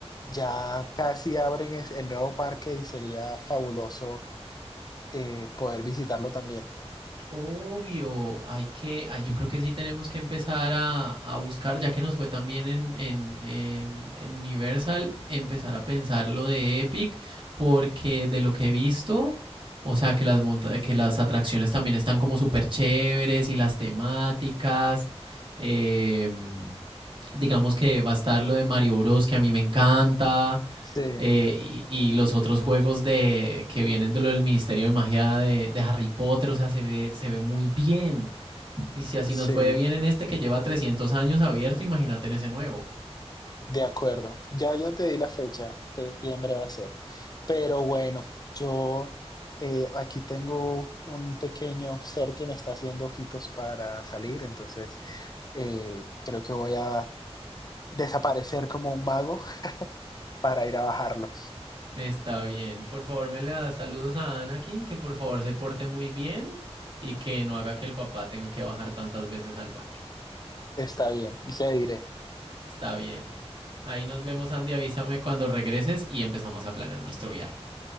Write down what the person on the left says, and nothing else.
ya casi abren es- el nuevo parque y sería fabuloso eh, poder visitarlo también.
Sí,
sí,
de acuerdo. Ya yo te di la fecha, septiembre va a ser. Pero bueno, yo eh, aquí tengo un pequeño ser que me está haciendo ojitos para salir, entonces eh, creo que voy a desaparecer como un mago <laughs> para ir a bajarlo.
Está bien, le diré.